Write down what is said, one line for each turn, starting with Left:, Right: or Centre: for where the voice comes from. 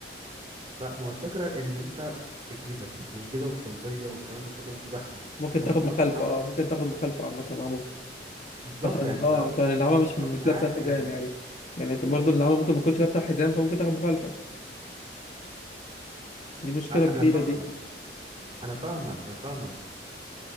Right: لا ما هو الفكرة إن أنت في الجيزة في الجيزة والطلبية والكلام ده كله أنت زحمة
Left: ممكن
Right: أنت
Left: تاخد
Right: ممكن
Left: مخالفه
Right: يوصل نعمة
Left: اه ممكن تاخد مخالفه عامه اه ممكن
Right: بالظبط
Left: عشان
Right: يعني أنت
Left: اه عشان النعامه مش
Right: خلاص
Left: مش
Right: نعامة
Left: لابسه الحزام
Right: يعني
Left: يعني يعني برضه النعامه ممكن ما تكونش لابسه الحزام فممكن تاخد مخالفه دي مشكله
Right: أ-
Left: كبيره
Right: أنا فاهمك
Left: دي
Right: أنا فاهمك أنا فاهمك